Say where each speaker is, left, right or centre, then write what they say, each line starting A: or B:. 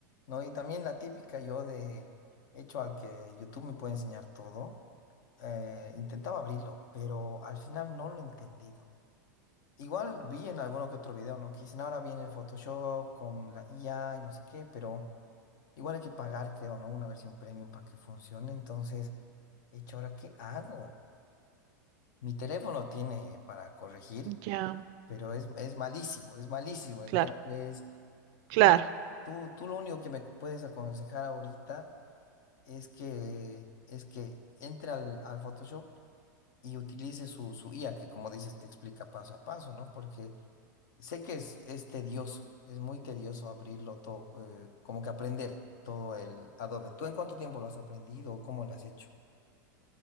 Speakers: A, on the left; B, on the right.
A: ¿no? Y también la típica yo de hecho al que YouTube me puede enseñar todo, eh, intentaba abrirlo, pero al final no lo he entendido. Igual vi en alguno que otro video, ¿no? Que dicen ahora viene el Photoshop con la IA y no sé qué, pero igual hay que pagar, creo, ¿no? Una versión premium para que funcione. Entonces, hecho, ¿ahora qué hago? Mi teléfono tiene para corregir,
B: ya,
A: pero es, es malísimo, es malísimo. Entonces,
B: claro, claro.
A: no, tú, tú lo único que me puedes aconsejar ahorita es que, es que entre al, al Photoshop y utilice su, su IA, que como dices, te explica paso a paso, ¿no? Porque sé que es, es tedioso, es muy tedioso abrirlo todo, eh, como que aprender todo el Adobe. ¿Tú en cuánto tiempo lo has aprendido o cómo lo has hecho?